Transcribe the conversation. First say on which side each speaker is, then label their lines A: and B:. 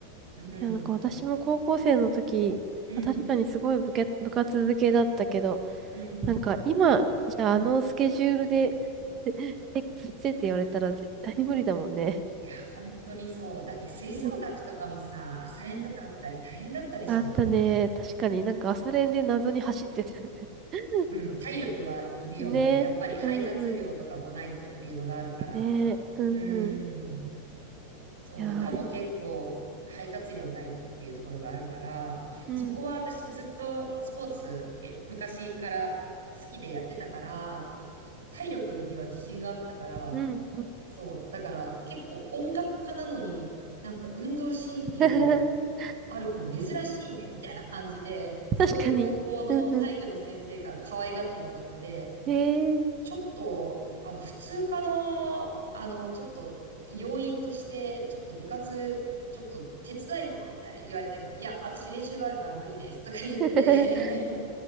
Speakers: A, on the right; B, on the right.
A: うん、
B: なんか私も高校生の時、
A: うん、
B: まあ、確かにすごい部け、部活付けだったけど、
A: うん。
B: なんか今、じゃああのスケジュールで、<laughs> え、ついてって言われたら絶対に無理だもんね。
A: いや、本当にそう。だって吹奏楽とかもさ、
B: うん
A: 朝練とかあったり大変だったでしょ。
B: あったね。確かになんか朝練で謎に走ってた。<laughs>
A: うん、体力はいるよね。
B: ねえ。
A: やっぱり肺活量とかもないとっていうのがあるから。
B: うんうん。ねえ。うんうん。
A: うん。
B: い
A: そう、
B: やー、
A: 歌も結構肺活量ないとっていうところがあるから、
B: そう。うん。
A: そこは私ずっとスポーツ、え昔から好きでやってたから、体力には自信があったから、
B: うん。うん
A: そう、だから結構音楽家なのになんか運動神経
B: <laughs>
A: ある子珍しいね、みたいな感じで、すごい高校の体育の先生から可愛がってもらって、
B: 確かに。うんうん。へえ。
A: ちょっと、あの、普通科の、あの、ちょっと、要因として、ちょっと部活、ちょっと手伝えよ、みたいな言われたけど、いや、私練習があるから無理です、とか言って
B: <laughs>